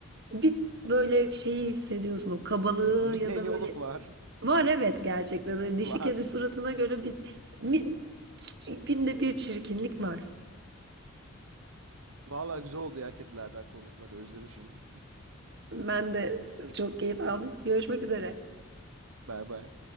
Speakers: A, on the right; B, on the right.
A: bir böyle şeyi hissediyorsun o kabalığı
B: <laughs> Bir
A: ya
B: denyoluk
A: da böyle
B: var. <laughs>
A: var evet gerçekten. Hani Dişi
B: Var.
A: kedi suratına göre bir, bir binde bir çirkinlik var.
B: Vallahi güzel oldu ya kedilerden konuşmak özlemişim.
A: Ben de çok keyif aldım. Görüşmek üzere.
B: <laughs> Bay bay.